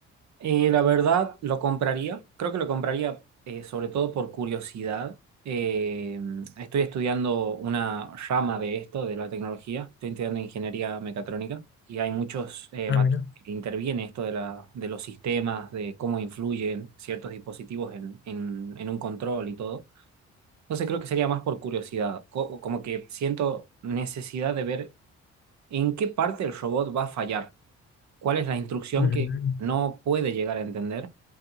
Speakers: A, on the right; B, on the left.
A: Eh, la verdad, lo compraría. Creo que lo compraría eh, sobre todo por curiosidad. Eh, estoy estudiando una rama de esto, de la tecnología. Estoy estudiando ingeniería mecatrónica y hay muchos eh,
B: Ah,
A: mate-
B: mira.
A: que interviene esto de la, de los sistemas, de cómo influyen ciertos dispositivos en, en, en un control y todo. Entonces creo que sería más por curiosidad, co- como que siento necesidad de ver en qué parte el robot va a fallar, cuál es la instrucción
B: Ujú.
A: que no puede llegar a entender